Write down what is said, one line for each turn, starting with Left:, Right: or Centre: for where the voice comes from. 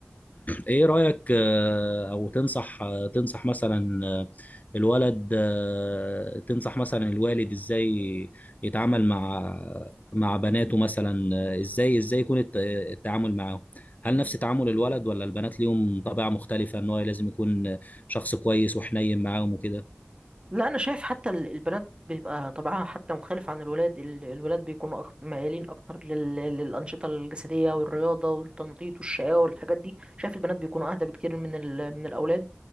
Left: ايه رأيك آه، او تنصح آه، تنصح مثلا آه، الولد آه، تنصح مثلا الوالد ازاي يتعامل مع مع بناته مثلا آه، ازاي ازاي يكون الت- التعامل معاهم هل نفس تعامل الولد ولا البنات ليهم طبيعة مختلفة ان هو لازم يكون شخص كويس وحنين معاهم وكده
Right: لا انا شايف حتى ال- البنات بيبقى طبعها حتى مختلف عن الولاد ال- الولاد بيكونوا أكتر ميالين اكتر لل- للانشطه الجسديه والرياضه والتنطيط والشقاوه والحاجات دي شايف البنات بيكونوا اهدى بكتير من ال... من الاولاد